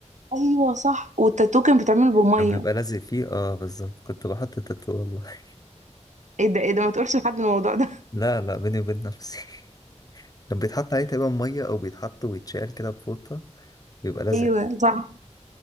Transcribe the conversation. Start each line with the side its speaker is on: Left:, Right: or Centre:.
Right: ايوه صح والتاتو كان بيتعمل بميه
Left: كان بيبقى لازق فيه اه بالظبط كنت بحط التاتو والله <laughs>
Right: ايه ده ايه ده ما تقولش لحد الموضوع ده
Left: لا لا بيني وبين نفسي <laughs> كان بيتحط عليه تقريبا ميه او بيتحط ويتشال كده بفوطه
Right: <laughs>
Left: بيبقى لازق
Right: ايوه صح